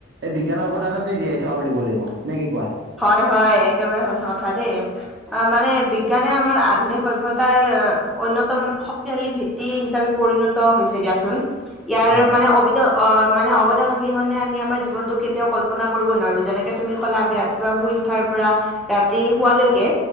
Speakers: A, on the right (about 55°); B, in the centre.
A: এই বিজ্ঞানৰ অৱদানতে জীয়াই থকা বুলি ক'ব লাগিব। নে কি কোৱা?
B: হয়, হয়। একেবাৰে সঁচা কথা দেই। অ মানে বিজ্ঞানে আমাৰ আধুনিক সভ্যতাৰ অন্যতম শক্তিশালী ভেঁটি হিচাপে পৰিণত হৈছে দিয়াচোন। ইয়াৰ
A: হয়
B: মানে অভিন অ মানে অৱদান অবিহনে আমি আমাৰ জীৱনতো কেতিয়াও কল্পনা কৰিব নোৱাৰো। যেনেকে তুমি ক'লা আমি ৰা শুই উঠাৰ পৰা ৰাতি শোৱালৈকে